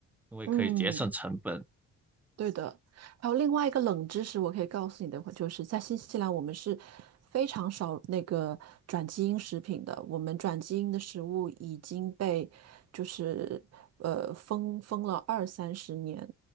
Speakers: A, in the centre; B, on the right.
A: 因为可以节省成本。
B: 嗯，对的。还有另外一个冷知识，我可以告诉你的话，就是在新西兰，我们是非常少那个转基因食品的。我们转基因的食物已经被就是呃封封了二三十年，